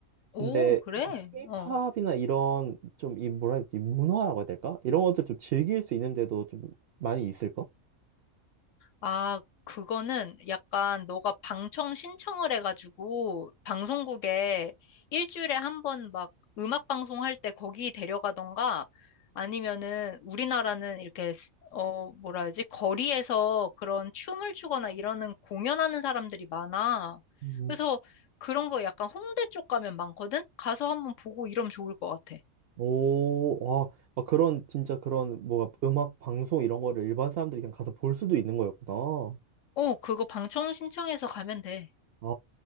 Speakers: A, on the left; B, on the right.
A: 오,
B: 근데
A: 그래?
B: 좀 K-팝이나
A: 어.
B: 이런 좀 이 뭐라 해야 되지? 문화라고 해야 될까? 이런 것들 좀 즐길 수 있는데도 좀 많이 있을까?
A: 아, 그거는 약간 너가 방청 신청을 해가지고 방송국에 일주일에 한 번 막 음악 방송할 때 거기 데려가던가 아니면은 우리나라는 이렇게 스- 어, 뭐라 해야지? 거리에서 그런 춤을 추거나 이러는 공연하는 사람들이 많아.
B: 음.
A: 그래서 그런 거 약간 홍대 쪽 가면 많거든? 가서 한번 보고 이러면 좋을 것 같아.
B: 오, 와, 아, 그런, 진짜 그런, 뭐가 음악 방송 이런 거를 일반 사람들이 그냥 가서 볼 수도 있는 거였구나.
A: 어, 그거 방청 신청해서 가면 돼.
B: 아,